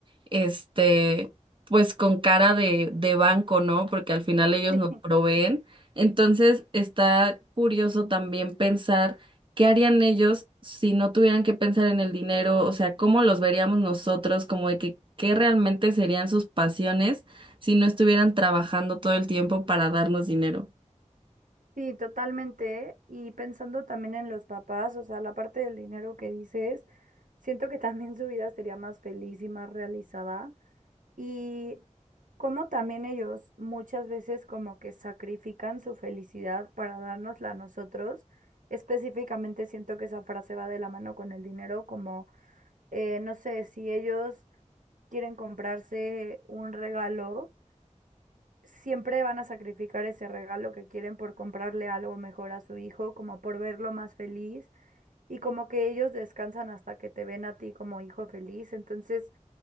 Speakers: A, on the right (about 40°); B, on the right (about 85°).
A: este, pues con cara de, de banco, ¿no? Porque al final ellos
B: <laughs>
A: nos proveen. Entonces está curioso también pensar ¿qué harían ellos si no tuvieran que pensar en el dinero? O sea, ¿cómo los veríamos nosotros? Como de que, ¿qué realmente serían sus pasiones si no estuvieran trabajando todo el tiempo para darnos dinero?
B: Sí, totalmente. Y pensando también en los papás, o sea, la parte del dinero que dices, siento que también su vida sería más feliz y más realizada. Y como también ellos muchas veces como que sacrifican su felicidad para dárnosla a nosotros. Específicamente siento que esa frase va de la mano con el dinero, como, eh, no sé, si ellos quieren comprarse un regalo siempre van a sacrificar ese regalo que quieren por comprarle algo mejor a su hijo, como por verlo más feliz y como que ellos descansan hasta que te ven a ti como hijo feliz. Entonces,